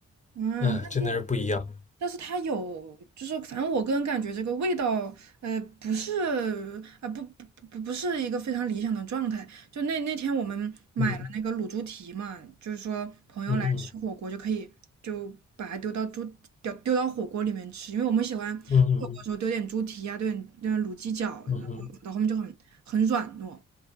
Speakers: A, on the right (about 65°); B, on the left (about 25°).
A: 嗯，
B: 嗯，
A: 但是
B: 真的是不一样，
A: 但是它有，就是反正我个人感觉这个味道，呃，不是啊、呃不不不不是一个非常理想的状态。就那那天我们买了那个卤猪蹄嘛，
B: 嗯
A: 就是说朋友来吃火锅就可以就把它丢到猪丢丢到火锅里面吃，
B: 嗯
A: 因为我们喜欢火锅的时候丢点猪蹄啊，
B: 嗯嗯
A: 丢点丢点卤鸡脚，
B: 嗯嗯嗯
A: 然后到后面就很很软糯，